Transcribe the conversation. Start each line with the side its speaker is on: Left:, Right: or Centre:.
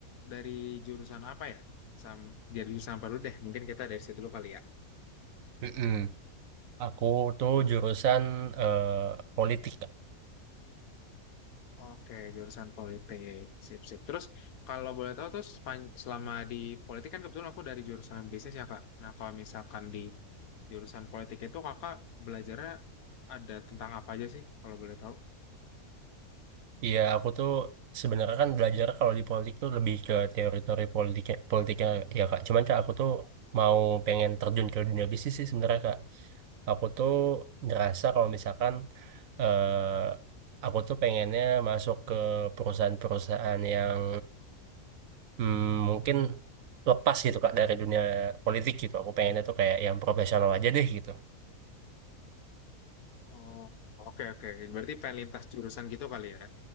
Left: dari jurusan apa ya? Sam, dari jurusan apa dulu deh? Mungkin kita dari situ dulu kali ya.
Right: Mm-mm. Aku tuh jurusan eh, politik Kak.
Left: Oke, jurusan politik. Sip, sip. Terus, kalau boleh tahu, terus sepan- selama di politik kan kebetulan aku dari jurusan bisnis ya, Kak. Nah, kalau misalkan di jurusan politik itu, Kakak belajarnya ada tentang apa aja sih, kalau boleh tahu?
Right: Iya, aku tuh sebenarnya kan belajar kalau di politik tuh lebih ke teori-teori politiknya, politiknya ya ya, Kak. Cuman Kak, aku tuh mau pengen terjun ke dunia bisnis sih sebenarnya Kak. Aku tuh ngerasa kalau misalkan eh aku tuh pengennya masuk ke perusahaan-perusahaan yang hmm, mungkin lepas gitu Kak dari dunia politik gitu. Aku pengennya tuh kayak yang profesional aja deh gitu.
Left: Oh, oke, oke. Berarti pengen lintas jurusan gitu kali ya?